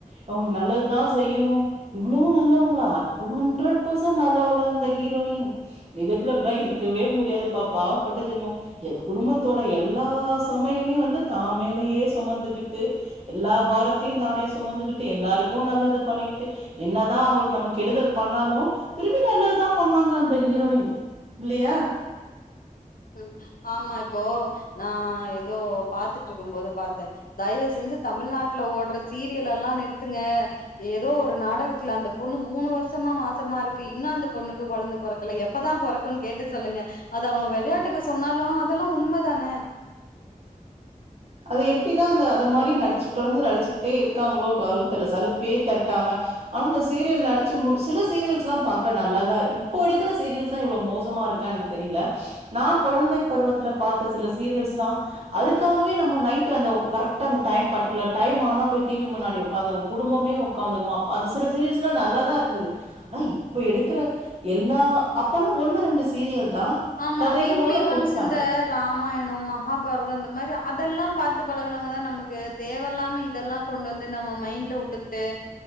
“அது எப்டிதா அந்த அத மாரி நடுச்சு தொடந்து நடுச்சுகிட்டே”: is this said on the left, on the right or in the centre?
Right